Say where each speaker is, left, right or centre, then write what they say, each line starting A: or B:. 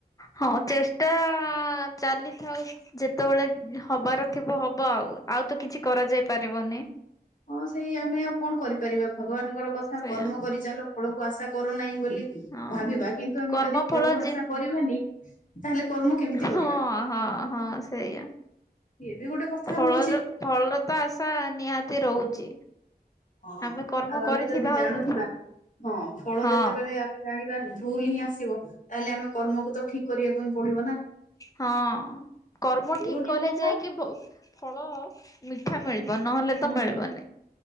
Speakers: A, on the left; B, on the left.
A: ହଁ ଚେଷ୍ଟା ଚାଲିଥାଉ ଯେତେବେଳେ ହବାର ଥିବ ହବ ଆଉ। ଆଉ ତ କିଛି କରାଯାଇ ପାରିବନି।
B: ହଁ ସେଇ ଆମେ ଆଉ କଣ କରିପାରିବା ଭଗବାନଙ୍କର କଥା
A: ସେଇଆ
B: କର୍ମ କରିଚାଲ ଫଳକୁ ଆଶା କର ନାହିଁ ବୋଲି
A: ହଁ।
B: ଭାବିବା କିନ୍ତୁ ଆମେ
A: କର୍ମ
B: ଯଦି ଫଳକୁ
A: ଫଳ
B: ଆଶା
A: ଯେ
B: କରିବାନି <unintelligible> କର୍ମ କେମିତି
A: ହଁ
B: କରିବା
A: ହଁ ହଁ ସେଇଆ।
B: ଇଏ ବି ଗୋଟେ କଥା
A: ଫଳର
B: ରହୁଛି
A: ଫଳର ତ ଆଶା ନିହାତି ରହୁଛି।
B: ହଁ
A: ଆମେ କର୍ମ
B: ଆଉ ଆମେ
A: କରିଥିବା
B: ଯଦି ଜାଣୁଥିବା
A: ଆଉ
B: ହଁ ଫଳ
A: ହଁ
B: ଯେତେବେଳେ ଆମେ ଜାଣିବା ଭୁଲ ହିଁ ଆସିବ ତାହେଲେ ଆମେ କର୍ମକୁ ତ ଠିକ କରିବାକୁ ହିଁ ପଡିବ ନା ।
A: ହଁ କର୍ମ ଠିକ
B: ଗୋଟେ
A: କଲେ
B: କଥା
A: ଯାଇକି ବହୁତ ଫଳ ମିଠା ମିଳିବ ନହେଲେ
B: ହଁ
A: ତ ମିଳିବନି।